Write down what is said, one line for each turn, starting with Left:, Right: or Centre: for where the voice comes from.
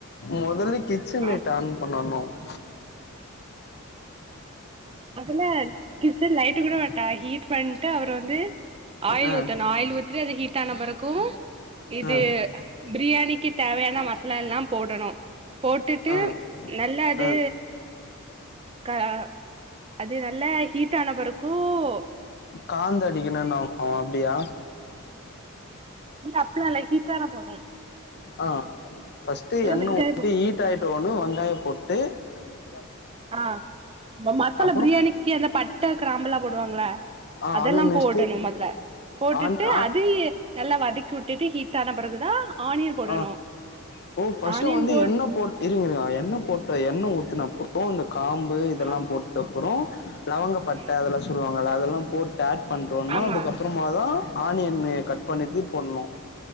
Left: முதல்ல கிச்சன்
Right: ஆ,
Left: லைட்ட ஆன் பண்ணணும் <inaudible>
Right: முதல்ல கிச்சன் லைட் கூட மாட்டா ஹீட் பண்ணிட்டு அவரு வந்து ஆயில்
Left: ஆ
Right: ஊத்தணும் ஆயில் ஊத்திட்டு அது ஹீட் ஆன பிறகும் இது
Left: ஆ
Right: பிரியாணிக்கு தேவையான மசாலா எல்லாம் போடணும் போட்டுட்டு
Left: ஆ
Right: நல்லா அது
Left: ஆ
Right: அஹ <unintelligible> அது நல்ல ஹீட் ஆன பெருக்கும்
Left: காந்த அடிக்கணும்னுனாங்க அப்படியா
Right: இல்ல அப்ள இல்ல ஹீட்டான போதும்
Left: ஆஹ பஸ்ட்டு எண்ண்
Right: வெங்காயோ
Left: உஊத்தி
Right: போ
Left: ஹீட் ஆயிட்ட உடனே வெங்காயம் போட்டு டேய் <unintelligible>
Right: ஆஹ் மசாலா
Left: அப்றோ
Right: பிரியாணிக்கு அந்த பட்ட கிராம்புலா போடுவாங்களா
Left: ஆ
Right: அதெல்லாம்
Left: அது நெக்ஸ்ட்டு
Right: போடணும் முதல போட்டுட்டு
Left: ஆன் ஆன்
Right: அது நல்லா வதக்கி வுட்டுட்டு ஹீட் <unintelligible> போடணு
Left: ஆஹ் ஓ பஸ்ட்
Right: ஆனியன்
Left: வந்து
Right: போட்
Left: எண்ண போட்டு இருங்க இருங்க எண்ண போட்டு எண்ண ஊத்தி நான் போவில <unintelligible> காம்பு இதெல்லாம்
Right: ஆ
Left: போட்ட அப்புறம் ஆஹ <unintelligible> லவங்கப்பட்ட
Right: ம்
Left: அதெல்லாம் சொல்லுவாங்க அதல அதெல்லாம் போட்டு ஸ்டார்ட் பண்ணுறோன்னும்
Right: ஆமா
Left: அதுக்கப்புறமா தான் ஆனியன்னு கட் பண்ணிட்டு போடனும்